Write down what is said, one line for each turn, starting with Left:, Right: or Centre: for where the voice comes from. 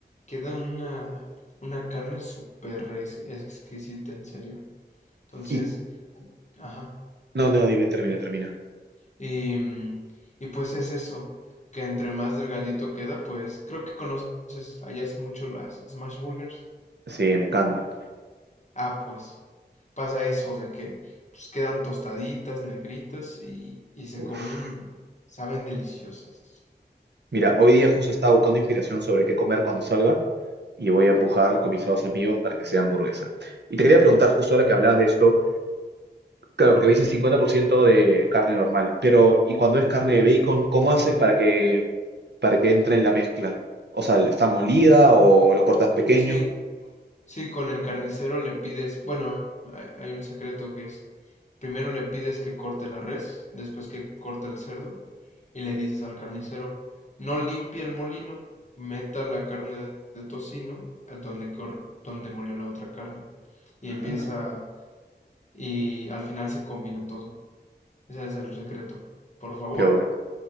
Left: queda una, una carne súper exquisita, en serio. Entonces,
Right: Y
Left: ajá.
Right: no, no, dime, termina, termina.
Left: Y, mm, y pues es eso, que entre más delgadito queda, pues creo que conoces, allá es mucho las smash burgers.
Right: Sí, me encantan.
Left: Ah, pues pasa eso de que pues quedan tostaditas, negritas y, y se comen,
Right: Uf.
Left: saben deliciosas.
Right: Mira, hoy día justo estaba buscando inspiración sobre qué comer cuando salga y voy a empujar con mis dos amigos para que sea hamburguesa. Y te quería preguntar justo ahora que hablabas de esto, claro, porque me dices 50% de carne normal, pero ¿y cuando es carne de bacon, cómo haces para que para que entre en la mezcla? O sea, ¿está molida o lo cortas pequeño?
Left: Sí, Sí, con el carnicero le pides, bueno, hay, hay un secreto que es, primero le pides que corte la res, después que corte el cerdo, y le dices al carnicero, no limpie el molino, meta la carne de tocino a donde, cor- donde molió la otra carne, y
Right: Ah,
Left: empieza, y al final se combina todo. Ese es el secreto. Por favor,
Right: qué bueno.